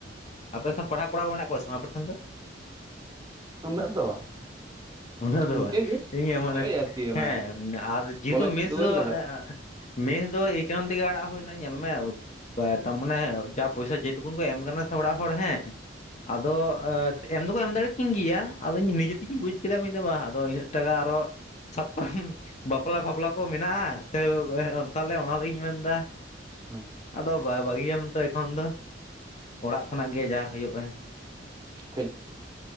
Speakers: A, on the left; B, on the right.
A: ᱟᱯᱮ ᱥᱟᱶ ᱯᱟᱲᱦᱟᱜ ᱠᱚᱲᱟ ᱠᱚ ᱢᱮᱱᱟᱜ ᱠᱚᱣᱟ ᱥᱮ ᱵᱟᱝ ᱟᱯᱮ ᱴᱷᱮᱱ ᱫᱚ
B: ᱩᱱᱟᱹᱜ ᱫᱚ ᱵᱟᱝ
A: ᱚᱱᱟ. ᱜ ᱫᱚ
B: ᱤᱱᱠᱟᱹ
A: ᱵᱟᱝ
B: ᱜᱮ
A: ᱤᱧᱟᱹᱜ ᱢᱟᱱᱮ
B: ᱳᱭ ᱟᱨᱠᱤ ᱚᱱᱟ
A: ᱦᱮᱸ ᱟᱨ ᱡᱮᱦᱮᱛᱩ
B: ᱠᱚᱞᱮᱡᱽ
A: ᱢᱮᱥ
B: ᱫᱩᱣᱟᱹᱨ
A: ᱫᱚ
B: ᱞᱮᱵᱮᱫ
A: ᱢᱮᱥ ᱫᱚ ᱮᱭ ᱠᱟᱨᱚᱱ ᱛᱮᱜᱮ ᱟᱲᱟᱜ ᱦᱩᱭᱱᱟ ᱧᱮᱞ ᱢᱮ ᱯᱟ. ᱛᱟᱨ ᱢᱟᱱᱮ ᱡᱟ ᱯᱚᱭᱥᱟ ᱡᱮ ᱦᱮᱛᱩᱱ ᱠᱚ ᱮᱢ ᱟᱠᱟᱱᱟ ᱥᱮ ᱚᱲᱟᱜ ᱦᱚᱲ ᱦᱮᱸ ᱟᱫᱚ ᱮᱢ ᱫᱚ ᱠᱚ ᱮᱢ ᱫᱟᱲᱮ ᱠᱤᱧ ᱜᱮᱭᱟ ᱟᱫᱚ ᱤᱧ ᱱᱤᱡᱮ ᱛᱮᱜᱤᱧ ᱵᱩᱡᱽ ᱠᱮᱫᱟ ᱤᱧ ᱫᱚ ᱵᱟᱝ, ᱟᱫᱚ ᱤᱱᱟᱹᱜ ᱴᱟᱠᱟ ᱟᱨᱚ ᱥᱟᱵ ᱠᱟᱜ ᱟᱢ ᱵᱟᱯᱞᱟ ᱵᱟᱯᱷᱞᱟ ᱠᱚ ᱢᱮᱱᱟᱜᱼᱟ ᱥᱮ <unintelligible> ᱛᱟᱦᱚᱞᱮ ᱚᱱᱟ ᱞᱟᱹᱜᱤᱫ ᱤᱧ ᱢᱮᱱ ᱮᱫᱟ
B: ᱦᱮᱸ
A: ᱟᱫᱚ ᱵᱟᱭ ᱵᱷᱟᱹᱜᱤᱭᱟᱢ ᱛᱚ ᱮᱠᱷᱚᱱ ᱫᱚ ᱚᱲᱟᱜ ᱠᱷᱚᱱᱟᱜ ᱜᱮ ᱡᱟ ᱦᱩᱭᱩᱜᱼᱟ
B: ᱴᱷᱤᱠ ᱴᱷᱤᱠ